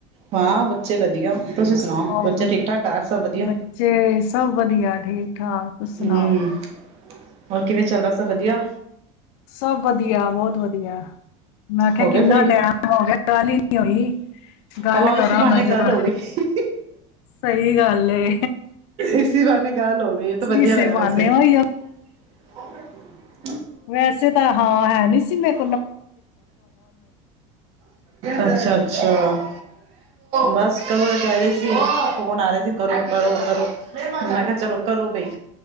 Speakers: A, on the right; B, on the left.
A: ਹਾਂ ਬੱਚੇ ਵਧੀਆ ਤੁਸੀਂ ਸੁਣਾਓ
B: ਹੋਰ,
A: ਬੱਚੇ ਠੀਕ ਠਾਕ ਘਰ ਸਭ ਵਧੀਆ
B: ਬੱਚੇ ਸਭ ਵਧੀਆ ਠੀਕ-ਠਾਕ, ਤੁਸੀਂ ਸੁਣਾਓ।
A: ਹਮ ਹੋਰ ਕਿਵੇਂ ਚੱਲ ਰਿਹਾ, ਸਭ ਵਧੀਆ।
B: ਸਭ ਵਧੀਆ ਬਹੁਤ ਵਧੀਆ, ਮੈਂ ਕਿਹਾਿਆ
A: ਹੋ
B: ਕਿੰਨਾ
A: ਗਏ ਫ੍ਰੀ
B: ਟੈਮ ਹੋ ਗਿਆ ਗੱਲ ਹੀ ਨੀ ਹੋਈ। ਗੱਲ
A: ਹਾਂ
B: ਕਰਾਂ
A: ਇਸ ਬਹਾਨੇ
B: ਮੈਂ
A: ਗੱਲ
B: ਜਰਾ
A: ਹੋ ਗਈ
B: ਸਹੀ ਗੱਲ ਏ
A: ਇਸੀ ਬਹਾਨੇ ਗੱਲ ਹੋ ਗਈ ਇਹ ਤਾਂ ਵਧੀਆ
B: ਇਸੇ
A: ਹੋਇਆ
B: ਬਹਾਨੇ
A: ਵੈਸੇ
B: ਉਹੀ ਔ
A: <inaudible>
B: ਵੈਸੇ ਤਾਂ ਹਾਂ ਹੈ ਨਹੀਂ ਸੀ ਮੇਰ
A: <inaudible> ਅੱਛਾ-ਅੱਛਾ, ਬਸ ਕਦੋਂ ਕਹਿ ਰਹੇ ਸੀ ਫੋਨ ਆ ਰਹੇ ਸੀ ਕਰੋ-ਕਰੋ-ਕਰੋ, ਮੈਂ ਕਿਹਾ ਚਲੋ ਕਰੋ ਬਈ